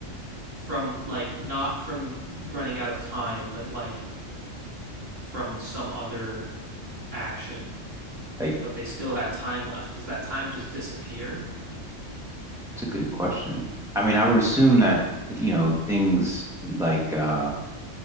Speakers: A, on the right (about 35°); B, in the centre.
A: from like not from running out of time, but like from some other action?
B: Like,
A: but they still had time left. Does that time just disappear?
B: that's a good question. I mean, I would assume that, you know, things like uh,